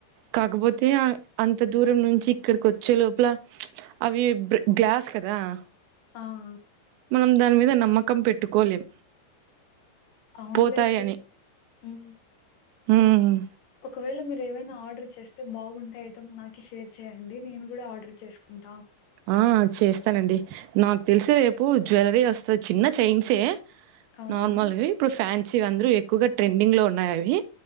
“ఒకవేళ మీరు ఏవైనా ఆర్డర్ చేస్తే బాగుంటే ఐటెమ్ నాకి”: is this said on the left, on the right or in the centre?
Left